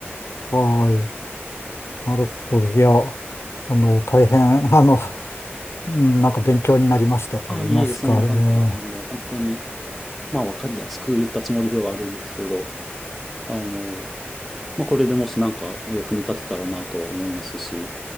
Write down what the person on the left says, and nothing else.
はい。なるほど。いや、あの、大変、あの、うん、なんか勉強になりましたと言いますか。
えー